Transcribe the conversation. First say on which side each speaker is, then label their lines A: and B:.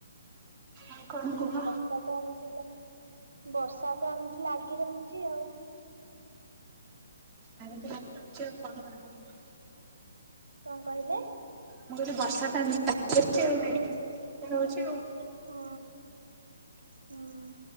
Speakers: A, on the right (about 20°); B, on the right (about 85°).
A: ଆଉ କଣ କୁହ?
B: <unintelligible> ବର୍ଷା ତ ଏମିତି ବର୍ଷା ତ ଏମିତି ଲାଗି ରହୁଛି ଆଉ।
A: ହଁ
B: ହୁଁ।
A: <unintelligible> କଣ କରାହବ।
B: କଣ କହିଲେ?
A: ମୁଁ କହିଲି ବର୍ଷା ଟା କାଚୁଚି <unintelligible>
B: ହଁ, ହୁଁ